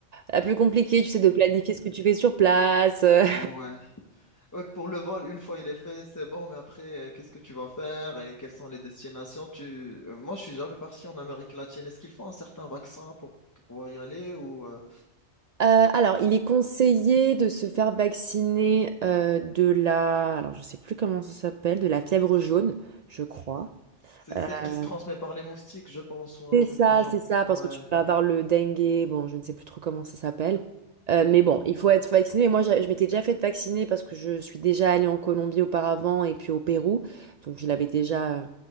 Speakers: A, on the right (about 70°); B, on the left (about 15°).
A: la plus compliquée, tu sais, de planifier ce que tu fais sur place. <laughs> euh.
B: Mm. Ouais. Ouais, pour le vol, une fois il est fait, c'est bon, mais après, euh, qu'est-ce que tu vas faire et quelles sont les destinations? Tu... euh, Moi, je suis jamais parti en Amérique latine. Est-ce qu'il faut un certain vaccin pour pouvoir y aller ou euh,
A: Euh, alors, il est conseillé de se faire vacciner euh, de la, alors je sais plus comment ça s'appelle, de la fièvre jaune, je crois.
B: c'est ça? C'est
A: Euh,
B: celle qui se transmet par les moustiques, je pense, ou un
A: C'est
B: truc
A: ça,
B: du genre.
A: c'est ça, parce
B: Ouais.
A: que tu peux avoir le dengue, bon, je ne sais plus trop comment ça s'appelle. Euh, mais bon, il faut être vacciné. Et Moi, j'a- je m'étais déjà fait vacciner parce que je suis déjà allée en Colombie auparavant et puis au Pérou. Donc, je l'avais déjà.